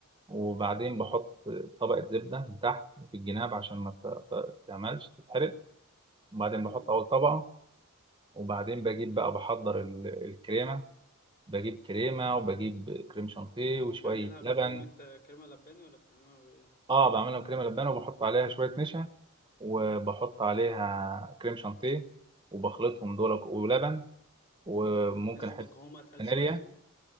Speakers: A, on the right; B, on the left.
A: وبعدين بحط طبقه زبده من تحت في الجناب عشان ما ت- ت- تعملش تتحرق وبعدين
B: مم.
A: بحط اول طبقه وبعدين بجيب بقى بحضر ال- الكريمه بجيب كريمه وبجيب كريم شانتيه وشويه
B: تعملها بكريمة
A: لبن
B: آه، كريمة لباني ولا بتعملها بإيه؟
A: اه بعملها كريمه لبانه وبحط عليها شويه نشا وبحط عليها كريم شانتيه وبخلطهم دول ولبن وممكن
B: بس
A: حته
B: يبقى قوامها أتقل
A: فانيليا
B: شوية يعني